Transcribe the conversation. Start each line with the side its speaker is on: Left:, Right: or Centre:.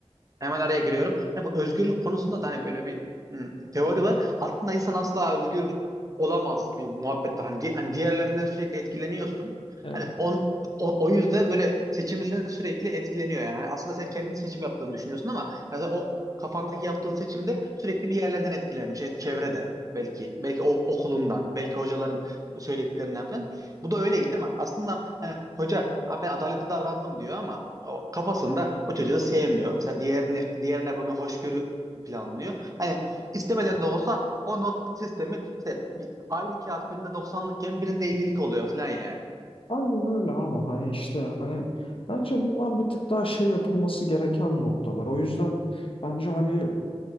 Right: Hemen araya giriyorum. Hani bu özgürlük konusunda da hani böyle bir hmm, teori var. Aslında insan asla özgür olamaz gibi bir muhabbet var. Hani, di- hani diğerlerinden sürekli etkileniyorsun.
Left: evet.
Right: Hani on, o, o yüzden böyle seçimlerin sürekli etkileniyor yani. Hani aslında sen kendi seçim yaptığını düşünüyorsun ama yani sen o kafandaki yaptığın seçimde sürekli bir yerlerden etkilenmiş. E, Çevreden belki, belki o okulundan, belki hocaların söylediklerinden falan. Bu da öyle gibi değil mi? Aslında hani hoca "Abi ben adaletli davrandım diyor ama o kafasında o çocuğu sevmiyor. Mesela diğerini diğerine böyle bir hoşgörü planlıyor. Hani istemeden de olsa o not sistemi işte bir- aynı kağıt birinde 90'lıkken birinde 50'lik oluyor falan yani.
Left: Aynen öyle abi hani işte hani bence bunlar bir tık daha şey yapılması gereken noktalar. O yüzden bence hani